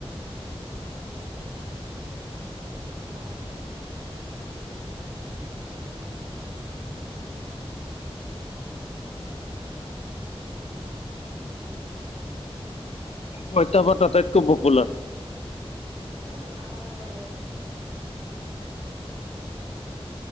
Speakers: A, on the right (about 60°); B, on the left (about 90°).
A: অ'।
B: পইতা ভাত আটাইতকৈ পপুলাৰ।
A: উম, আমাৰ ইয়াৰে